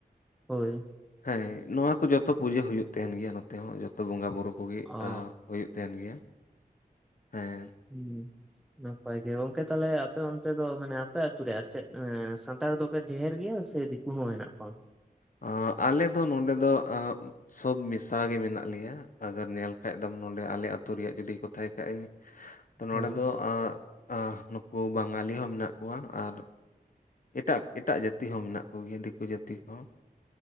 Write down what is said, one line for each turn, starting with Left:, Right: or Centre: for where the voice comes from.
Centre: ᱦᱳᱭ
Left: ᱦᱮᱸ ᱱᱚᱣᱟ ᱠᱚ ᱡᱚᱛᱚ ᱯᱩᱡᱟᱹ ᱦᱩᱭᱩᱜ ᱛᱟᱦᱮᱱ ᱜᱮᱭᱟ। ᱛᱮᱦᱚᱸ ᱡᱚᱛᱚ ᱵᱚᱸᱜᱟ ᱵᱳᱩᱨᱩᱳ ᱠᱚᱜᱮ
Centre: ᱚ
Left: ᱟᱸᱻ ᱦᱩᱭᱩᱜ ᱛᱟᱦᱮᱱ ᱜᱮᱭᱟ। ᱦᱮᱸ
Centre: ᱦᱮᱸ ᱱᱟᱯᱟᱭ ᱜᱮ ᱜᱚᱝᱠᱮ ᱛᱟᱦᱟᱞᱮ ᱟᱯᱮ ᱚᱱᱛᱮ ᱫᱚ ᱢᱟᱱᱮ ᱟᱯᱮ ᱟᱛᱩ ᱨᱮ ᱟᱨ ᱪᱮᱫ ᱮᱸᱻ ᱥᱟᱱᱛᱟᱲ ᱫᱚᱯᱮ ᱰᱷᱮᱨ ᱜᱮᱭᱟ ᱥᱮ ᱼᱼ ᱫᱤᱠᱩ ᱠᱩ ᱦᱚᱸ ᱦᱮᱱᱟᱜ ᱠᱚᱣᱟ।
Left: ᱟᱸ ᱟᱞᱮ ᱫᱚ ᱱᱚᱰᱮ ᱫᱚ ᱟᱸ ᱥᱚᱵ ᱢᱮᱥᱟ ᱜᱮ ᱢᱮᱱᱟᱜ ᱞᱮᱭᱟ᱾ ᱟᱜᱟᱨ ᱧᱮᱞ ᱠᱷᱟᱡ ᱫᱚᱢ ᱱᱚᱰᱮ ᱟᱞᱮ ᱟᱹᱛᱩ ᱨᱮᱭᱟᱜ ᱡᱩᱫᱤ ᱠᱚᱛᱷᱟᱭ ᱠᱷᱟᱡ ᱤᱧ ᱼᱼ ᱛᱚ ᱱᱚᱸᱰᱮ
Centre: ᱦᱳᱭ
Left: ᱫᱚ ᱟᱸ ᱟᱸ ᱱᱩᱠᱩ ᱵᱟᱝᱜᱟᱞᱤ ᱦᱚᱸ ᱢᱮᱱᱟᱜ ᱠᱚᱣᱟ᱾ ᱟᱨ ᱼᱼ ᱮᱴᱟᱜ ᱮᱴᱟᱜ ᱡᱟᱹᱛᱤ ᱦᱚᱸ ᱢᱮᱱᱟᱜ ᱠᱚᱜᱮᱭᱟ ᱫᱤᱠᱩ ᱡᱟᱹᱛᱤ ᱠᱚ ᱦᱚᱸ